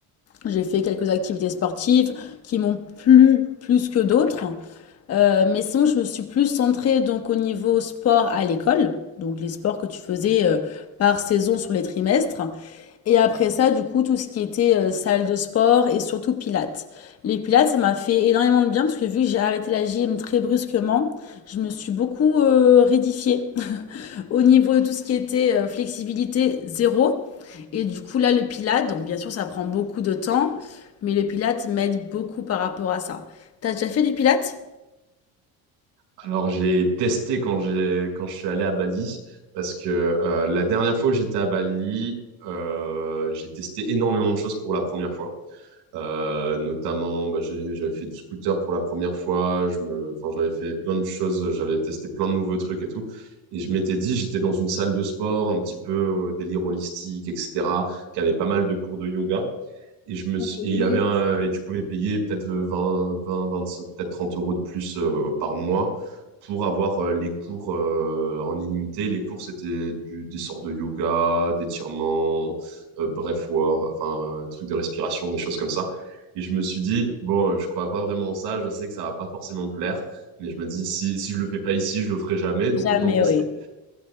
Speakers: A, on the left; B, on the right.
A: J'ai fait quelques activités sportives qui m'ont plu plus que d'autres. Euh, mais sinon, je me suis plus centrée donc au niveau sport à l'école, donc les sports que tu faisais euh, par saison sur les trimestres. Et après ça, du coup, tout ce qui était euh, salle de sport et surtout pilates. Les pilates, ça m'a fait énormément de bien parce que vu que j'ai arrêté la gym très brusquement, je me suis beaucoup euh, rédifiée <laughs> au niveau de tout ce qui était euh, flexibilité zéro. Et du coup, là, le Pilate, donc bien sûr, ça prend beaucoup de temps, mais le Pilate m'aide beaucoup par rapport à ça. T'as déjà fait du Pilate?
B: Alors, j'ai testé quand j'ai quand je suis allé à Bali parce que euh, la dernière fois où j'étais à Bali, euh, j'ai testé énormément de choses pour la première fois. Euh, notamment, bah, j'ai- j'avais fait du scooter pour la première fois. Je me, enfin, j'avais fait plein de choses. J'avais testé plein de nouveaux trucs et tout. Et je m'étais dit, j'étais dans une salle de sport, un petit peu euh, délire holistique, etc., qui avait pas mal de cours de yoga. Et je me suis,
A: Oui.
B: et il y avait un, et tu pouvais payer peut-être euh, vingt vingt 25, peut-être 30 euros de plus euh, par mois pour avoir euh, les cours euh, en illimité. Les cours, c'était du, des sortes de yoga, d'étirements, euh, breathwork, enfin, euh, trucs de respiration, des choses comme ça. Et je me suis dit, bon, je crois pas vraiment en ça, je sais que ça va pas forcément me plaire, mais je me dis, si, si je le fais pas ici, je le ferai jamais, donc
A: Jamais,
B: autant tester.
A: oui.